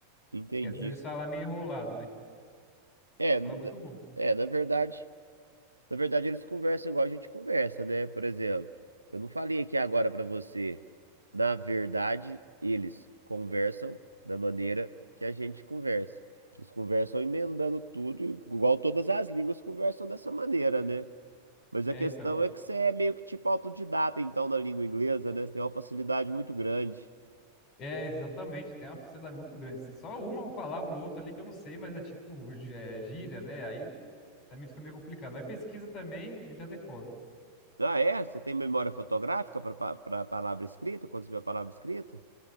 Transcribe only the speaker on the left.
Que às vezes fala meio enrolado, né?
Então
é muito bom.
É,
então.
É, exatamente, tem uma facilidade muito grande. assim. Só uma palavra ou outra ali que eu não sei, mas é tipo gí- é, gíria, né? Aí também fica meio complicado. Aí pesquisa também, eu já decoro.